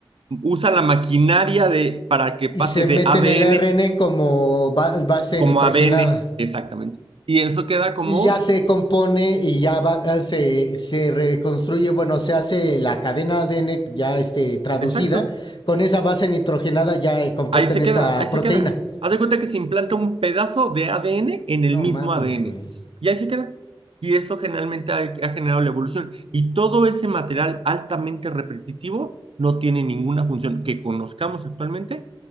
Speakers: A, on the right; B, on the left.
A: usa
B: S-
A: la maquinaria de, para que pase
B: Y se
A: de
B: mete
A: ADN
B: en el ARN como ba- base
A: como
B: nitrogenada.
A: ADN, exactamente. Y eso queda como,
B: Y ya se compone y ya va- eh, se, se reconstruye, bueno, se hace la cadena ADN ya este, traducida
A: exacto,
B: con esa base nitrogenada ya eh, compuesta
A: Ahí se
B: en
A: queda,
B: esa
A: ahí se
B: proteína.
A: queda. Haz de cuenta que se implanta un pedazo de ADN en el
B: No
A: mismo
B: mames,
A: ADN.
B: güey.
A: Y ahí se queda. Y eso generalmente ha, ha generado la evolución. Y todo ese material altamente repetitivo no tiene ninguna función que conozcamos actualmente